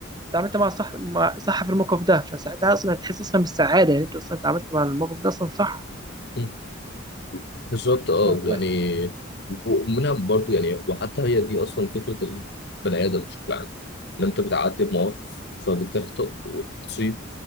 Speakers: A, on the right; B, on the left.
A: اتعاملت مع صح مع صح في الموقف ده فساعتها أصلا هتحس أصلا بالسعادة يعني أنت أصلا اتعاملت مع الموقف ده أصلا صح
B: <laughs> بالظبط اه
A: طب كويس
B: يعني ومنها برضو يعني وحتى هي دي اصلا فكره البني ادم بشكل عام ان انت بتعدي بمواقف فبتخطئ وتصيب